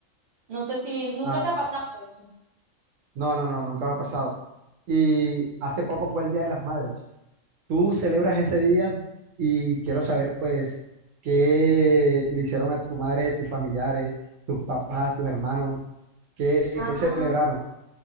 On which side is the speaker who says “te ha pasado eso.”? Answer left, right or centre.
Right